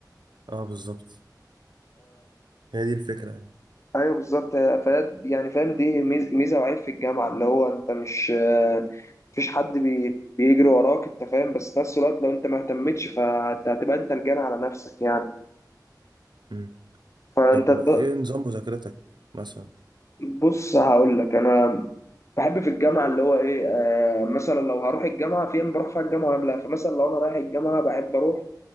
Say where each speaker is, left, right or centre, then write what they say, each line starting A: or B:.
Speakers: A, on the right (about 85°); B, on the left (about 40°).
A: اه بالظبط هي دي الفكرة يعني
B: ايوه بالظبط فده- يعني فاهم دي ميز- ميزه وعيب في الجامعه اللي هو انت مش آه، مفيش حد بي- بيجري وراك انت فاهم بس في نفس الوقت لو انت ما اهتمتش فانت هتبقى انت الجان على نفسك يعني
A: مم.
B: فانت
A: طب
B: ت-
A: ايه نظام مذاكرتك مثلا
B: بص هقول لك انا بحب في الجامعه اللي هو ايه آه مثلا لو هروح الجامعه في ايام بروح فيها الجامعه ولا لا فمثلا لو انا رايح الجامعه بحب اروح